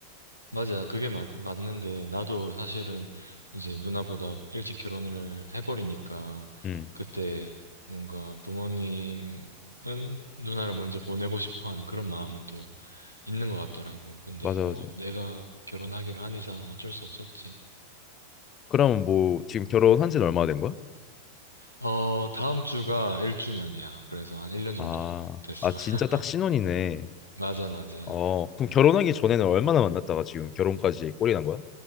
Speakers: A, on the right (about 90°); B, on the left (about 30°).
A: 맞아. 그게 맞, 맞는데, 나도 사실은 이제 누나보다 일찍 결혼을 해버리니까,
B: 음
A: 그때 뭔가 부모님은 누나를 먼저 보내고 싶어 하는 그런 마음은 또 있는 것 같더라고. 근데
B: 맞아 맞아.
A: 뭐 내가 결혼하기로 한 이상 어쩔 수 없었지.
B: 그럼 뭐 지금 결혼한 지는 얼마 된 거야?
A: 어, 다음 주가 1주년이야. 그래서 한 1년 정도
B: 아,
A: 됐어.
B: 아 진짜
A: <laughs>
B: 딱 신혼이네.
A: 맞아, 맞아.
B: 어 그럼 결혼하기 전에는 얼마나 만났다가 지금 결혼까지 꼬리 난 거야?